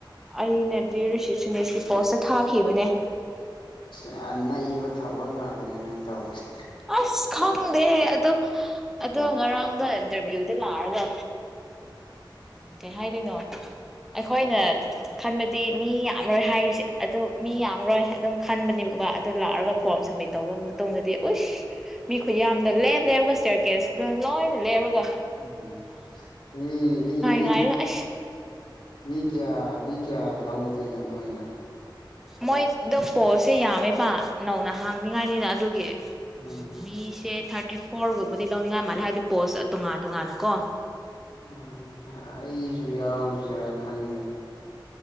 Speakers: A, in the centre; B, on the left.
A: ꯑꯩ ꯅꯗꯤ ꯔꯤꯁꯤꯁꯦꯅꯤꯁꯁꯤꯁ ꯄꯣꯁꯇ ꯊꯥꯈꯤꯕꯅꯦ
B: ꯌꯥꯝ ꯅꯩꯕ ꯊꯕꯛ ꯉꯥꯛꯇꯅꯤ ꯅꯣꯏꯅ ꯇꯧꯔꯤꯁꯦ
A: ꯑꯁ ꯈꯪꯗꯦ ꯑꯗꯣ ꯑꯗꯣ ꯉꯔꯥꯡꯗ ꯏꯟꯇꯔꯚꯤꯌꯨꯗꯤ ꯂꯥꯛꯑꯒ ꯎ ꯀꯩ ꯍꯥꯏꯗꯣꯏꯅꯣ ꯑꯩꯈꯣꯏꯅ ꯈꯟꯕꯗꯤ ꯃꯤ ꯌꯥꯝꯔꯣꯏ ꯍꯥꯏꯔꯤꯁꯦ ꯑꯗꯣ ꯃꯤ ꯌꯥꯝꯔꯣꯏ ꯑꯗꯨꯝ ꯈꯟꯕꯅꯦꯕꯕꯥ ꯑꯗꯨꯗꯣ ꯂꯥꯛꯑꯒ ꯐꯣꯔꯝ ꯁꯃꯤꯠ ꯇꯧꯕ ꯃꯇꯨꯡꯗꯗꯤ ꯎꯁ ꯃꯤ ꯈꯨꯌꯥꯝꯗ ꯂꯦꯞ ꯂꯦꯞꯔꯒ ꯏꯁꯇꯤꯌꯥꯔ ꯀꯦꯁꯇ ꯂꯣꯏꯅ ꯂꯦꯞꯔꯒ
B: ꯎꯝ ꯃꯤ ꯃꯤ ꯃꯤ
A: ꯉꯣꯏꯔ ꯑꯁ
B: ꯃꯤ ꯀꯌꯥ ꯃꯤ ꯀꯌꯥ ꯂꯧꯗꯣꯏꯅꯣ ꯃꯣꯏꯅ
A: ꯃꯣꯏꯗꯣ ꯄꯣꯁꯁꯦ ꯌꯥꯝꯃꯦꯕ ꯅꯧꯅ ꯍꯥꯡꯅꯤꯡꯉꯥꯏꯅꯤꯅ ꯑꯗꯨꯒꯤ ꯎ
B: ꯎꯝ
A: ꯃꯤꯁꯦ ꯊꯥꯔ ꯇꯥꯔꯇꯤ ꯐꯣꯔꯒꯨꯝꯕꯗꯤ ꯂꯧꯅꯤꯡꯉꯥꯏ ꯃꯥꯜꯂꯦ ꯍꯥꯏꯕꯗꯤ ꯄꯣꯁ ꯇꯣꯉꯥꯟ ꯇꯣꯉꯥꯟꯅꯀꯣ
B: ꯎꯝ ꯑꯩꯁꯨ ꯌꯥꯎꯁꯤꯔ ꯈꯪꯗꯦ